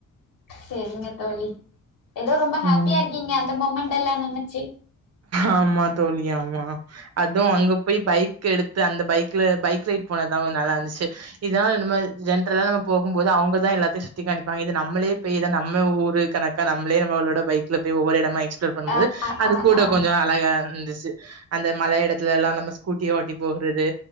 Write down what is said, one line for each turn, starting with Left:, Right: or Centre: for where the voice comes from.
Left: சரிங்க தோழி ஏதோ ரொம்ப ஹாப்பியா
Right: ம்
Left: இருக்கீங்க அந்த மொமெண்ட் ல்லாம் நெனச்சி
Right: ஆமா தோழி ஆமா அதுவும் அங்க போய் பைக் எடுத்து அந்த பைக் பைக்ல பைக்ரைட் போனதான் கொஞ்ச நல்லாருந்துச்சு டு இதா நம்ம ஜென்றலா நம்ம போகும் போது அவுங்க தான் எல்லாத்தையும் சுத்தி காமிப்பாங்க இத நம்மளே பேய் தா நம்ம ஊரு கனக்கா நம்மளே நம்மளோட பைக்ல பேய் ஒவ்வொரு எடமா சு டு பன்னும்போது
Left: ஆ ஆ
Right: அது
Left: ஆ
Right: கூட
Left: ஆ
Right: கொஞ்சம் அழகா இருந்துச்சு அந்த அந்த மல எடத்துல எல்லாம் நம்மஸ்கூட்டிய ஓட்டி போகறது